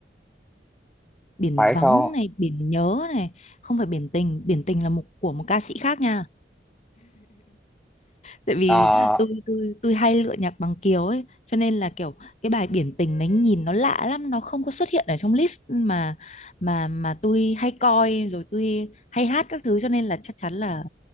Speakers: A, on the left; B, in the centre.
A: biển
B: phải
A: vắng
B: không
A: này biển nhớ này không phải biển tình biển tình là một của một ca sĩ khác nha tại vì
B: Ờ,
A: tôi tôi tôi hay lựa nhạc bằng kiều ấy cho nên là kiểu cái bài biển tình đấy nhìn nó lạ lắm nó không có xuất hiện ở trong list mà mà mà tôi hay coi rồi tôi hay hát các thứ cho nên là chắc chắn là